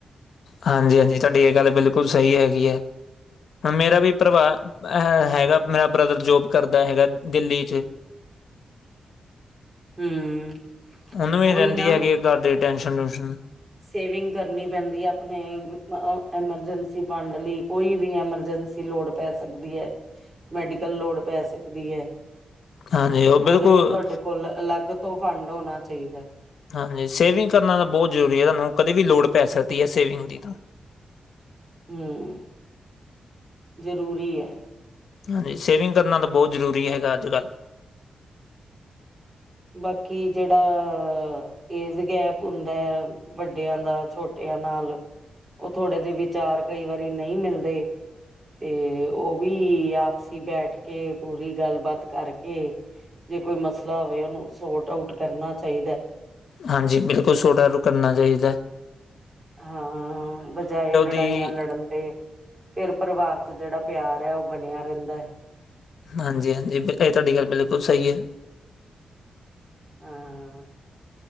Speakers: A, on the left; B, on the right.
A: ਹਾਂਜੀ-ਹਾਂਜੀ, ਤੁਹਾਡੀ ਏ ਗੱਲ ਬਿਲਕੁੱਲ ਸਈ ਹੈਗੀ ਐ, ਹੁਣ ਮੇਰਾ ਵੀ ਪਰਵਾ ਅ ਹ ਹੈਗਾ, ਮੇਰਾ ਬ੍ਰਦਰ ਜੋਬ ਕਰਦਾ ਹੈਗਾ ਦਿੱਲੀ 'ਚ।
B: ਹੂੰ।
A: ਓਨੂੰ ਵੀ
B: ਉਹੀ
A: ਨੀ ਰੈਂਦੀ
B: ਨਾ
A: ਹੈਗੀ ਆ ਘਰ ਦੇ ਟੈੈਂਸ਼ਨ ਟੂਸ਼ਨ।
B: ਸੇਵਿੰਗ ਕਰਨੀ ਪੈਂਦੀ ਹੈ ਆਪਣੇ, ਐਮਰਜੈਂਸੀ ਫੰਡ ਲਈ, ਕੋਈ। ਵੀ ਐਮਰਜੈਂਸੀ ਲੋੜ ਪੈ ਸਕਦੀ ਹੈ, ਮੈਡੀਕਲ ਲੋੜ ਪੈ ਸਕਦੀ ਹੈ।
A: ਹਾਂਜੀ ਉਹ
B: ਉਹਦੇ
A: ਬਿਲਕੁਲ
B: ਲਈ ਤੁਹਾਡੇ ਕੋਲ, ਅਲੱਗ ਤੋਂ ਫੰਡ ਹੋਣਾ ਚਾਹੀਦਾ।
A: ਹਾਂਜੀ, ਸੇਵਿੰਗ ਕਰਨਾ ਤਾਂ ਬਹੁਤ ਜ਼ਰੂਰੀ ਹੈ ਤੁਹਾਨੂੰ ਕਦੇ ਵੀ ਲੋੜ ਪੈ ਸਕਦੀ ਹੈ ਸੇਵਿੰਗ ਦੀ ਤਾਂ।
B: ਹਮ, ਜ਼ਰੂਰੀ ਹੈ।
A: ਹਾਂਜੀ, ਸੇਵਿੰਗ ਕਰਨਾ ਤਾਂ ਬਹੁਤ ਜ਼ਰੂਰੀ ਹੈਗਾ, ਅੱਜ- ਕੱਲ੍ਹ।
B: ਬਾਕੀ ਜਿਹੜਾ, ਏਜ ਗੈਪ ਹੁੰਦਾ ਹੈ। ਵੱਡਿਆਂ ਦਾ ਛੋਟਿਆਂ ਨਾਲ। ਉਹ ਥੋੜੇ ਜ ਵਿਚਾਰ, ਕਈ ਵਾਰੀ ਨਹੀਂ ਮਿਲਦੇ। ਤੇ ਉਹ ਵੀ ਆਪਸੀ ਬੈਠ ਕੇ ਪੂਰੀ ਗੱਲਬਾਤ ਕਰਕੇ। ਜੇ ਕੋਈ ਮਸਲਾ ਹੋਵੇ ਉਹਨੂੰ ਸੋਟ ਆਊਟ ਕਰਨਾ ਚਾਈਦਾ।
A: ਹਾਂਜੀ, ਬਿਲਕੁਲ ਸੋਲਟ ਆਊਟੋ ਕਰਨਾ ਚਾਈਦਾ।
B: ਹਾਂ ਬਜਾਏ ਲੜਾਈਆਂ
A: ਦੀ
B: ਲੜਨ ਦੇ। ਫਿਰ ਪਰਿਵਾਰ ਚ ਜਿਹੜਾ ਪਿਆਰ ਐ, ਉਹ ਬਣਿਆ ਰਹਿੰਦਾ।
A: ਹਾਂਜੀ-ਹਾਂਜੀ ਪਤਾ ਇਹ ਤੁਹਾਡੀ ਗੱਲ ਬਿਲਕੁਲ ਸਹੀ ਐ।
B: ਹਾਂ